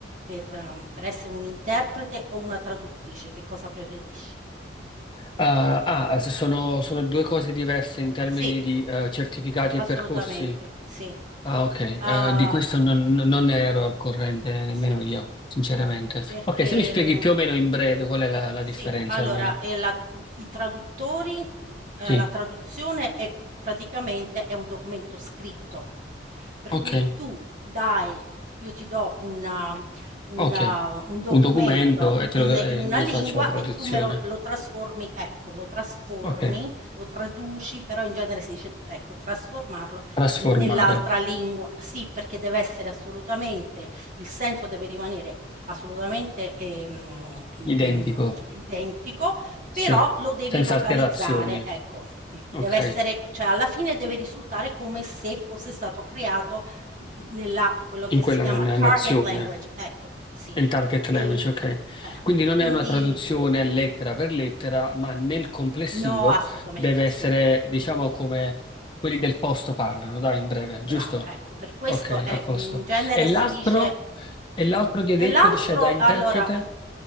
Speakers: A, on the right (about 40°); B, on the left (about 25°).
A: per uhm, per essere un interprete o una traduttrice, che cosa preferisci?
B: ah, sono, sono due cose diverse in termini
A: Sì,
B: di eh, certificati
A: assolutamente,
B: e percorsi.
A: sì.
B: Ah, ok, eh,
A: Uhm,
B: di questo non, non ero al corrente nemmeno
A: sì,
B: io, sinceramente.
A: perché,
B: Ok, se mi spieghi
A: mhmm
B: più o meno in breve qual è la, la
A: sì,
B: differenza,
A: allora,
B: almeno.
A: ehm, la mhmm, i traduttori ehm,
B: Sì,
A: la traduzione è praticamente è un documento scritto. Per
B: ok,
A: cui tu dai io ti do una una
B: ok.
A: un documento
B: Un documento e te
A: in
B: lo, e
A: in una
B: io
A: lingua
B: faccio la traduzione.
A: e tu me lo lo trasformi ecco, lo trasformi,
B: Ok,
A: lo traduci, però in genere si dice, ecco, trasformarlo
B: trasformare,
A: nell'altra lingua. Sì, perché deve essere assolutamente il senso deve rimanere assolutamente, ehm, i
B: identico,
A: im identico, però
B: sì,
A: lo devi
B: senza
A: localizzare,
B: alterazioni,
A: ecco. Mh, deve
B: ok,
A: essere cioè alla fine deve risultare come se fosse stato creato n nella quello
B: in
A: che
B: quella
A: si chiama
B: na-
A: target
B: nazione.
A: language, ecco, sì.
B: In target
A: Ehm,
B: language, ok.
A: eh,
B: Quindi non
A: quindi
B: è una traduzione lettera per lettera, ma nel complessivo
A: no, assolutamente
B: deve
A: sì,
B: essere, diciamo, come quelli del posto parlano, dai, in breve,
A: brava,
B: giusto?
A: ecco, per questo,
B: Ok,
A: ehm,
B: a posto.
A: in genere
B: E l'altro?
A: si dice
B: E l'altro che
A: E
B: hai detto,
A: l'altro
B: c'è da interprete?
A: allora,